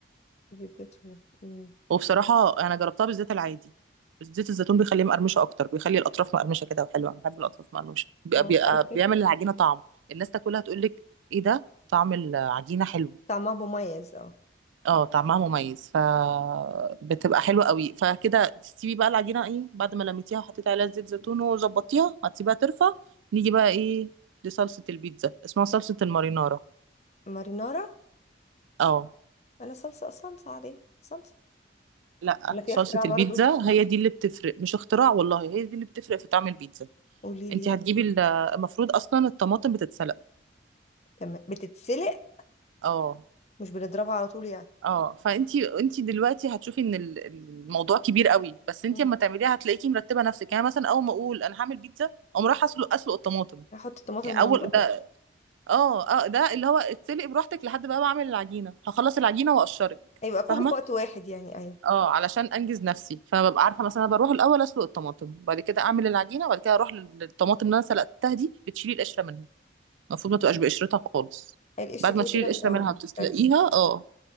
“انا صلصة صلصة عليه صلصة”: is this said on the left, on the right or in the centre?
Left